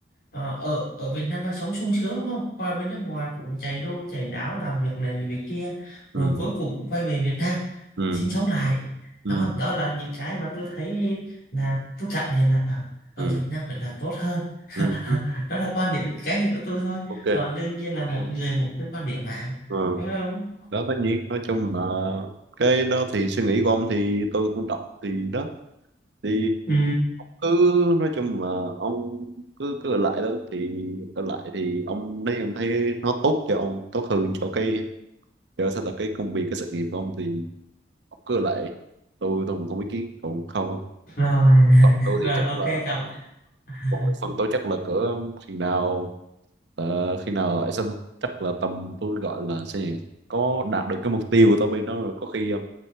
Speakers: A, on the left (about 55°); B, on the right (about 75°).
A: Ờ, ở ở Việt Nam đang sống sung sướng đúng không qua bên nước ngoài cũng chạy đu chạy đáo làm việc này làm việc kia rồi
B: ừ
A: cuối cùng cũng quay về Việt Nam
B: ừ
A: sinh sống lại
B: ừ
A: đó đó là những cái mà tôi thấy là tôi cảm nhận là ở,
B: ừ
A: ở Việt Nam phải là tốt hơn <laughs>
B: ừ hứ.
A: đó là quan điểm cá nhân của tôi thôi
B: ok
A: còn đương nhiên là mỗi người một cái quan điểm mà
B: ờ,
A: đúng không
B: đó tất nhiên nói chung là cái đó thì suy nghĩ của ông thì tôi tôn trọng thì đó thì
A: Ừ,
B: cứ nói chung là ông cứ cứ ở lại đó thì ở lại thì ông nếu như ông thấy nó tốt cho ông tốt hơn cho cái cho sao tập cái công việc cái sự nghiệp của ông thì ông cứ ở lại tôi tôi cũng không ý kiến còn không
A: rồi
B: còn
A: <laughs>
B: tôi
A: rồi
B: thì chắc
A: ok
B: là
A: cảm <laughs>
B: Rồi, phần tôi chắc là cỡ khi nào ờ, khi nào ấy xong chắc là tầm tôi gọi là sao nhỉ có đạt được cái mục tiêu của tôi bên đó rồi có khi ờ,